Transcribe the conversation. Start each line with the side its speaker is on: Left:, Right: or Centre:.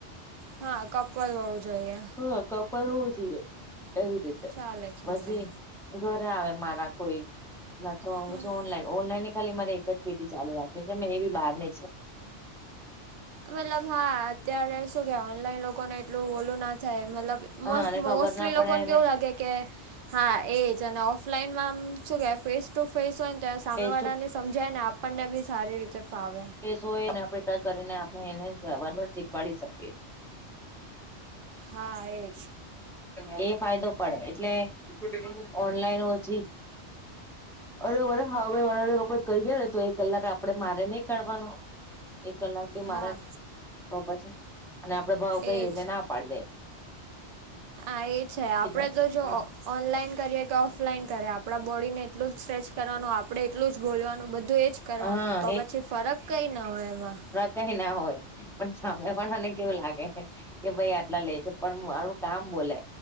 Right: હા! કપલ હોવું જોઈએ.
Centre: હા! કપલ હોવું જોઈએ એવી રીતે.
Right: ચાલે ચાલે
Centre: પછી ઘરે આવે મારા કોઈ, ના તો
Right: હમ
Centre: પછી ઓનલાઈન ઓનલાઈન ની ખાલી મારે એક જ પેટી ચાલુ રાખવી છે ને એ બી બહાર ની છે.
Right: મતલબ હા અત્યારે શું કે ઓનલાઈન લોકોને એટલું ઓલું ના થાય મતલબ
Centre: હા
Right: મો
Centre: અને ખબર
Right: મોસ્ટલી
Centre: ના પડે
Right: લોકોને કેવું
Centre: ને
Right: લાગે કે હા એ જ અને ઓફલાઈનમાં આમ શું કે ફેસ ટુ ફેસ હોય ને તો સામે
Centre: ફેસ
Right: વાળા
Centre: ટુ
Right: ને સમજાય ને આપણને બી સારી રીતે ફાવે.
Centre: ફેશ હોય એને આપણે ફિલ્ટર કરીને આપણે એને રાબર ચીપકાવી શકીએ.
Right: હા, એજ.
Centre: એ ફાયદો. પડે એટલે ઓનલાઈન ઓછી આવે તો બધા હા અવે વધારે લોકો કહી ગયા તો એ કલાક આપડે મારે નઈ કરવાનો એક કલાક ભી મારાજ
Right: હા
Centre: તો પછી અને આપડે ભાવ કઈએ
Right: એજ
Centre: એટલે ના પારદે.
Right: આ એ છે આપડે
Centre: નથી
Right: તો જો
Centre: હા
Right: ઓનલાઈન કરીએ કે ઓફલાઈન કરે, આપણા બોડીને એટલું જ સ્ટ્રેચ કરવાનું, આપણે એટલું જ બોલવાનું, બધું એ જ. કરવાનુ
Centre: હા
Right: તો પછી ફરક કંઈ ના હોય એમાં.
Centre: કોઈ ના હોય. પણ સામે પણ મને કેવું લાગે કે, ભાઈ, આટલા લેજે પણ મારું કામ બોલે.